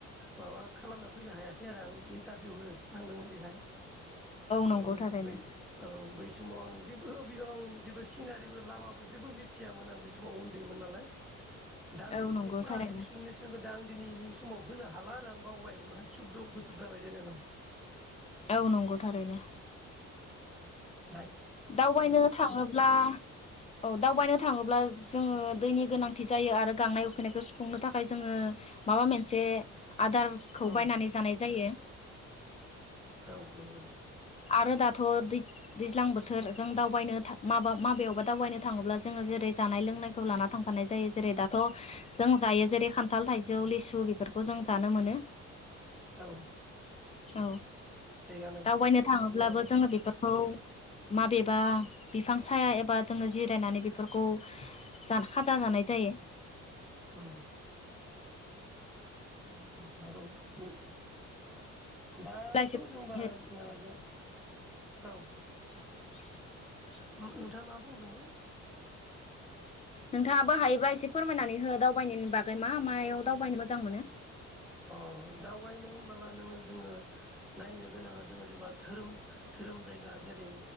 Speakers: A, in the centre; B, on the left.
A: माबा खालामना फैनो हायाखै आरो आं इन्टारभिउ होनोसो थांदोंमोन बेहाय
B: नंगौ
A: औ
B: थारैनो
A: बै औ बै बे समाव आं जेबो बेयावं जेबो सिनारिबो लामाबो जेबो मिथियामोन आं बे समाव उन्दैमोन नालाय दा आं
B: औ
A: बिनि
B: नंगौ
A: हा
B: थारैनो
A: एक्सप्लेनेसन होदा आं दिनैनि समाव होनो हाला आरो आं बावबाय म बुद्दि बोसोर जाबाय जेनेबा
B: औ नंगौ थारैनो
A: औ
B: दावबायनो थांङोब्ला औ दावबायनो थानङोब्ला जोंङो दैनि गोनांथि जायो आरो गांनाय उखैनायखौ सुफुंनो थाखाय जोंङो माबा मोनसे आदारखौ
A: ओ ओम
B: बायनानै जानाय जायो
A: औ नंगौ
B: आरो दाथ दैज्लां बोथोर जों दावबायनो माबा माबायावबा दावबायनो थाङोब्ला जोंङो जेरै जानाय लोंनाय खौ लाना थांफानाय जायो जेरै दा थ जों जायो जेरै खान्थाल थाइजौ लिसु बेफोरखौ खौ जों जानो मोनो
A: औ
B: औ
A: थिगानो
B: दावबायनो थांङोब्लाबो
A: नंगौ
B: जोंङो बे औ माबेबा बिफां साया एबा जोंङो जिरायनानै बेफोरखौ जान खाजा जानाय जायो
A: ओम ओं ओं नंगौ औ ओ दाथ
B: जायो
A: जोंबा नाजों औ
B: <inaudible>
A: ओम नोंथाङा मा बुंदोंमोन
B: नोंथाङाबो हायोब्ला एसे फोरमायनानै हो दावबायनायनि बागै मा मायाव दावबायनो मोजां मोनो
A: अ दावबायनो ब्ला नोंङो जोंङो नायनो गोनाङा जोंङो जेनेबा धोरोम-धोरोम जायगा जेरै